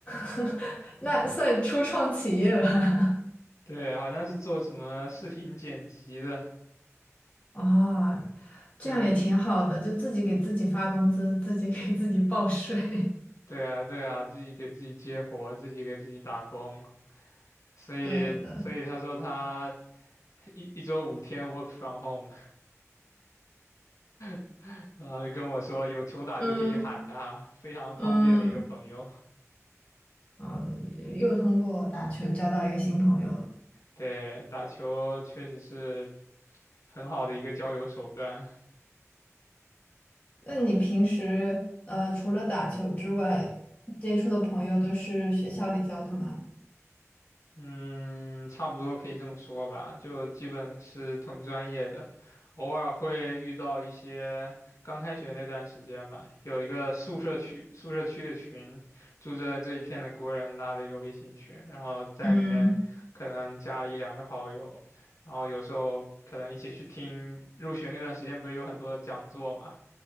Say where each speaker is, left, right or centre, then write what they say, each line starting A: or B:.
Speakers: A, on the left; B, on the left.
A: <laughs> 那算初创企业吧。
B: <laughs> 对，好像是做什么视频剪辑的，
A: 啊，这样也挺好的，
B: 就
A: 就自己给自己发工资，自己给自己报税。<laughs>
B: 对啊，对啊，自己给自己接活，自己给自己打工，所以，
A: 对的，
B: 所以他说他一一周五天 work from home，<laughs> 然后就跟我说有球打就可以喊他，
A: 嗯
B: 非常方便的一个朋友。
A: 嗯，好的，又通过打球交到一个新朋友了。
B: 对，打球确实是很好的一个交友手段。
A: 那你平时呃，除了打球之外，接触的朋友都是学校里交的吗？
B: 嗯，差不多可以这么说吧，就基本是同专业的，偶尔会遇到一些刚开学那段时间吧，有一个宿舍区宿舍区的群，住在这一片的国人拉了一个微信群，然后在里面可能加了一两个好友，
A: 嗯
B: 然后有时候可能一起去听入学那段时间不是有很多的讲座嘛，